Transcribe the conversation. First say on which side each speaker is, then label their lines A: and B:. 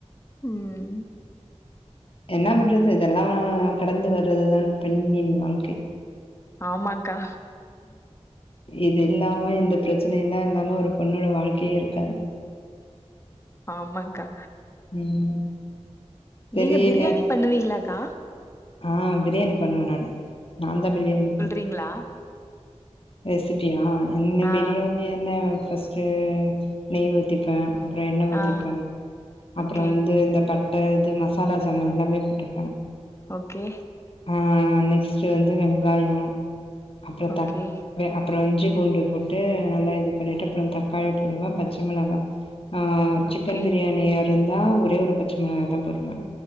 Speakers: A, on the left; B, on the left.
A: ம்
B: என்ன பண்றது இதெல்லா கடந்து வர்றதுதான் பெண்ணின் வாழ்க்கை
A: ஆமான்க்கா
B: இது இல்லாம இந்த பிரச்சனைலா இல்லாம ஒரு பொண்ணோட வாழ்க்கையே இருக்காது
A: ஆமான்க்கா
B: ம் சரி
A: நீங்க பிரியாணி
B: வேற
A: பண்ணுவீங்ளாக்கா
B: ஆ பிரியாணி பண்ணுவ நானு நாந்தா பிரியாணி வப்ப
A: பிங்குளா
B: ரெசிபியா என்ன
A: ஆ
B: பிரியாணி என்ன ஃபஸ்ட்டு நெய் ஊத்திப்ப அப்றோ எண்ண ஊத்திப்பே
A: ஆ ஓகே
B: அப்றோ வந்து இந்த பட் ட இது மசாலா சாமா எல்லாமே போட்டுப்ப
A: ஓகே
B: ஆ நெக்ஸ்ட்டு வந்து வெங்காயோ அப்றோ
A: ஓகே
B: தக் வே அப்புறோ இஞ்சி பூண்டு போட்டு நல்லா இது பண்ணிட்டு அப்றோ தக்காளி போடுவ பச்ச மிளகா ஆ
A: ஓகே
B: சிக்கன் பிரியாணியா இருந்தா ஒரே ஒரு பச்ச மொளகாயதா போடுனு